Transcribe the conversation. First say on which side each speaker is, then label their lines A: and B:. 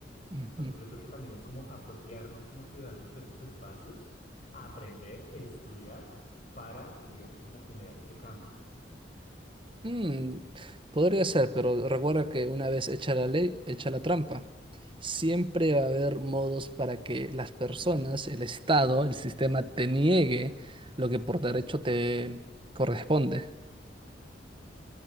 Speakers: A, on the right (about 30°); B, on the left (about 50°).
A: ujú.
B: Entonces yo creo que también es como apropiarnos como ciudadanos de esos espacios, aprender, estudiar para, pues digamos, como generar ese cambio.
A: Mm, podría ser, pero recuerda que una vez hecha la ley, hecha la trampa. Siempre va a haber modos para que las personas, el Estado, el sistema te niegue lo que por derecho te corresponde.